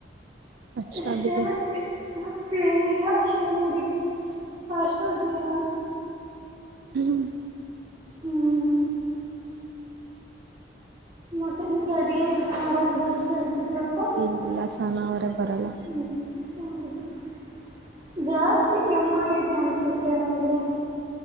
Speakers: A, on the right; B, on the right.
A: ಕಷ್ಟ
B: ಅಷ್ಟೇ
A: ಬಿಡಿ
B: ಮತ್ತೆ ಮತ್ತೆ ಏನಿಲ್ಲ ಅಷ್ಟೇ ನೋಡಿ ಹಾಸ್ಟೆಲ್ <unintelligible>
A: ಹ್ಮ್
B: ಹ್ಮ್ ಮತ್ತೆ ನಿಮ್ಗೆ ಅಡಗೆ ಎಲ್ಲ ಮಾಡಕ್ ಬರತ್ತ <unintelligible> <unintelligible>
A: ಇಲ್ಲ ಸನ ಅವರೇ ಬರಲ್ಲ
B: ಯಾರ ಮತ್ತೆ ಕೆಮ್ಮಾಗಿದೆ ಅನ್ಸುತ್ತೆ ನಂಗೆ